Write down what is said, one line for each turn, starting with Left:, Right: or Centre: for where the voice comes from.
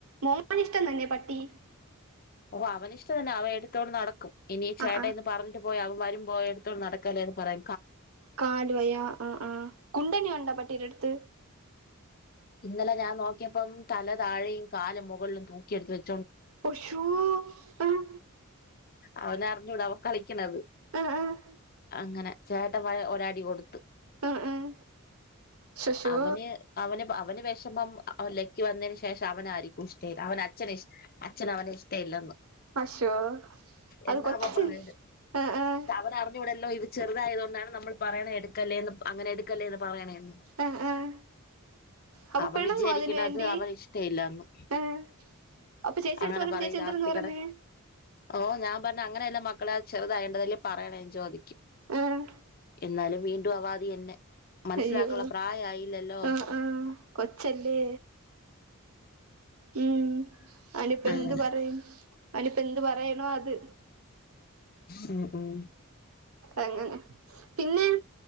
Right: നമ്മളിഷ്ടം തന്നെ പട്ടി
Left: ഓ അവൻഷ്ടല്ല അവൻ എടുത്തോട് നടക്കും ഇനി ചേട്ട
Right: ആഹ് ആഹ്
Left: എന്ന് പറഞ്ഞിട്ട് പോയി അവ വരുമ്പോ എടുത്തോണ്ട് നടക്കല്ലേന്ന് പറയ
Right: കാലുവയാ ആഹ് ആഹ് കുണ്ടനിയൊണ്ടാ പട്ടീടെടുത്ത്
Left: ഇന്നലെ ഞാൻ നോക്കിയപ്പം തല താഴെയും കാലും മുകളിലും തൂക്കിയെടുത്ത് വ
Right: അഷോം ആഹ്
Left: അവനറിഞ്ഞു അവൻ കളിക്കണത്
Right: ആഹ് ആഹ്
Left: അങ്ങനെ ചേട്ട ഒരടി കൊടുത്ത്
Right: ആഹ് ആഹ് ശശോ
Left: അവന് അവന് ഷം അവ ലക്കി വന്നതിന് ശേഷം അവനായിരിക്കും ഇഷ്ടയില്ല അവൻ അച്ഛൻ ഇഷ അച്ഛൻ അവനെ ഇഷ്ടയില്ലെന്ന്
Right: അശോ അത്
Left: എന്നാപ്പ
Right: കൊച്ചല്ലേ
Left: അവൻ പറയുന്നേ
Right: ആഹ് ആഹ്
Left: അവനറിഞ്ഞുട ല്ലോ ഇത് ചെറുതായതു കൊണ്ടാണ് നമ്മൾ പറയുന്നത് എടുക്കല്ലേന്ന് അങ്ങന എടുക്കല്ലേന്ന് പറയണ ഉം
Right: ആഹ് ആഹ് അപ്പൊ
Left: അവൻ
Right: പിണങ്ങോ
Left: വിചാരിക്കണത്
Right: അതിന് വേണ്ടി
Left: അവൻ ഇഷ്ടയില്ലാന്ന്
Right: ആഹ് അപ്പൊ ചേച്ചി
Left: അങ്ങനെ
Right: എടുത്ത് പറഞ്ഞപ്പോ
Left: പറയു
Right: ചേച്ചി എന്തരെന്ന്
Left: രാത്രി
Right: പറഞ്ഞേ
Left: കട ഓ ഞാൻ പറഞ്ഞ അങ്ങനെ അല്ലാ മക്കളെ ചെറുതായേണ്ടതിൽ പറയണേ ചോദിക്കും
Right: ആഹ്
Left: എന്നാലും വീണ്ടും അവാദി അന്നെ മനസ്സിലാക്കുള്ള
Right: അയ്യോ
Left: പ്രായായില്ലല്ലോ
Right: ആഹ് ആഹ് കൊച്ചല്ലേ ഉം അനിപ്പ
Left: അങ്ങനെ
Right: എന്ത് പറയും അവനിപ്പോ എന്ത് പറയണോ അത്
Left: ഉം ഉം
Right: എങ്ങനെ പിന്നെ